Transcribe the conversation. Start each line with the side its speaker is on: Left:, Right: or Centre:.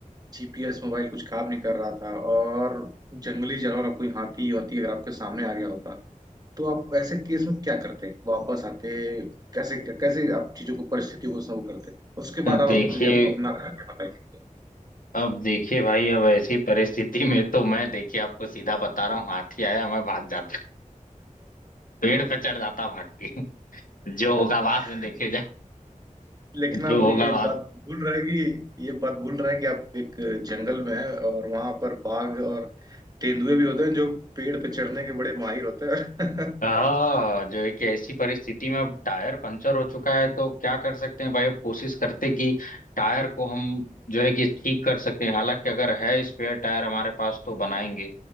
Right: जीपीएस मोबाइल कुछ काम नहीं कर रहा था और जंगली जानवर कोई हाथी वाथी अगर आपके सामने आ गया होता तो आप ऐसे केस में क्या करते वापस आते कैसे कैसे आप चीजों को परिस्थितियों को संभव करते उसके
Left: हम्म
Right: बाद आप
Left: देखिए
Right: आप मुझे अपना बताइए
Left: अब देखिए भाई अब ऐसी परिस्थिति में तो मैं देखिए आपको सीधा बता रहा हूँ हाथी आया मैं भाग जाता पेड़ पे चढ़ जाता भाग के जो होगा बाद
Right: <laughs>
Left: में देखे जाए
Right: लेकिन
Left: जो
Right: आप
Left: होगा
Right: ये
Left: बाद
Right: बात भूल रहे हैं कि ये बात भूल रहे हैं कि आप एक जंगल में हैं और वहां पर बाघ और तेंदुए भी होते हैं जो पेड़ पे चढ़ने के बड़े माहिर होते हैं
Left: हाँ जो एक ऐसी परिस्थिति में अब टायर पंचर हो चुका है तो क्या कर सकते हैं भाई अब कोशिश करते कि टायर को हम जो है कि ठीक कर सकें हालांकि अगर है स्पेयर टायर हमारे पास तो बनाएंगे